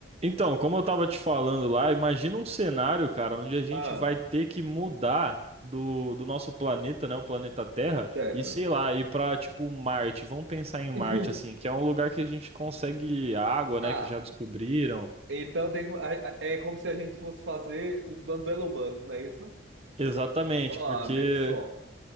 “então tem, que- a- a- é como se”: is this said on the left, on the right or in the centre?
Right